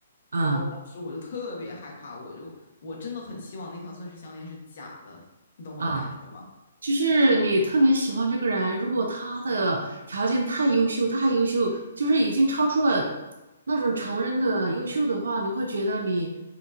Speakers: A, on the right; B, on the left.
A: 嗯
B: 然后我当时我就特别害怕，我就我真的很希望那条钻石项链是假的，你懂我的感觉吗？
A: 啊，就是你特别喜欢这个人，如果他的条件太优秀，太优秀，就是已经超出了那种常人的优秀的话，你会觉得你